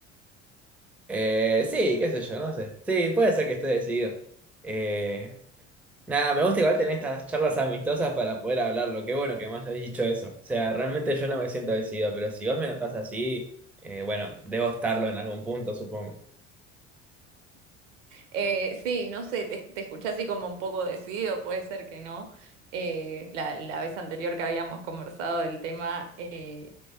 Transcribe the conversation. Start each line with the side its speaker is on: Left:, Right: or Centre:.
Centre: Eh, sí, qué sé yo, no sé. Sí, puede ser que esté decidido. Eh, Nada, me gusta igual tener estas charlas amistosas para poder hablarlo. Qué bueno que me hayas dicho eso. O sea, realmente yo no me siento decidido, pero si vos me notás así, eh, bueno, debo estarlo en algún punto, supongo.
Right: Eh, sí, no sé, te, te escuché así como un poco decidido, puede ser que no. Eh, la, la vez anterior que habíamos conversado del tema, eh,